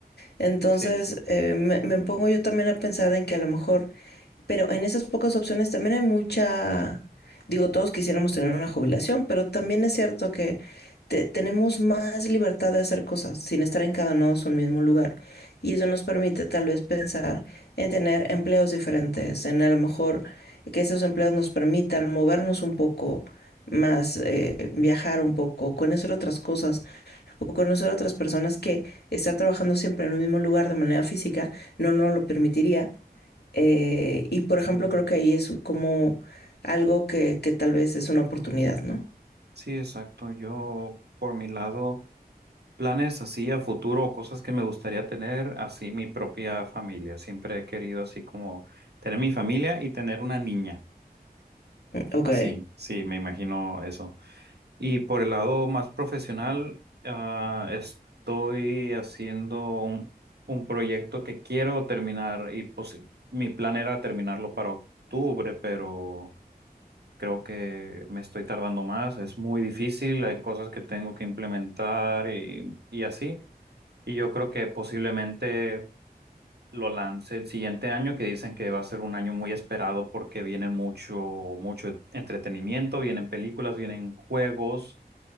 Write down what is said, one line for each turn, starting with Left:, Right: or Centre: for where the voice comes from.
Left: Entonces,
Right: sí,
Left: eh, me, me pongo yo también a pensar en que a lo mejor, pero en esas pocas opciones también hay mucha, digo, todos quisiéramos tener una jubilación, pero también es cierto que te- tenemos más libertad de hacer cosas sin estar encadenados a un mismo lugar. Y eso nos permite tal vez pensar en tener empleos diferentes, en a lo mejor que esos empleos nos permitan movernos un poco más, eh, viajar un poco, conocer otras cosas o conocer a otras personas que estar trabajando siempre en un mismo lugar de manera física no nos lo permitiría. Eh, y por
Right: sí,
Left: ejemplo, creo que ahí es como algo que, que tal vez es una oportunidad, ¿no?
Right: sí, exacto. Yo, por mi lado. Planes así a futuro o cosas que me gustaría tener, así mi propia familia. Siempre he querido así como tener mi familia y tener una niña.
Left: Ok,
Right: Así, sí, me imagino eso. Y por el lado más profesional, ah, estoy haciendo un, un proyecto que quiero terminar y pues mi plan era terminarlo para octubre, pero creo que me estoy tardando más. Es muy difícil, hay cosas que tengo que implementar y y así. Y yo creo que posiblemente lo lance el siguiente año, que dicen que va a ser un año muy esperado porque viene mucho, mucho entretenimiento, vienen películas, vienen juegos,